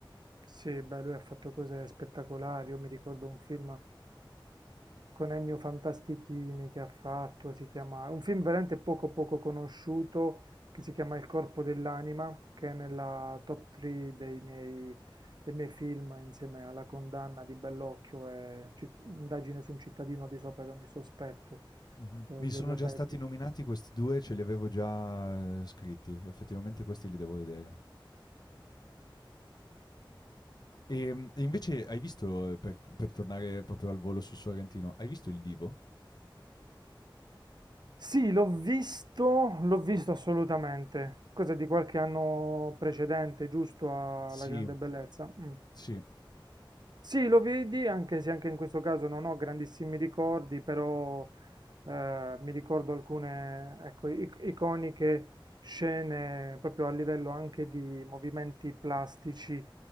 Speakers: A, on the right; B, on the left.
A: Sì, beh, lui ha fatto cose spettacolari. Io mi ricordo un film con Ennio Fantastichini che ha fatto, si chiama, un film veramente poco poco conosciuto che si chiama Il corpo dell'anima, che è nella top 3 dei miei, dei miei film insieme alla condanna di Bellocchio e Citt- Indagine su un cittadino di sopra di ogni sospetto
B: Mhm.
A: eh,
B: Mi
A: di
B: sono
A: Elio
B: già
A: Petri.
B: stati nominati questi due, ce li avevo già eh, scritti, effettivamente questi li devo vedere. E mh, e invece hai visto, eh, per, per tornare proprio al volo su Sorrentino, hai visto il Divo?
A: Sì, l'ho visto, l'ho visto assolutamente. Cosa di qualche anno precedente, giusto
B: Sì,
A: alla grande bellezza. Mm.
B: Sì.
A: Sì, lo vedi, anche se anche in questo caso non ho grandissimi ricordi, però eh, mi ricordo alcune, ecco, i- iconiche scene proprio a livello anche di movimenti plastici,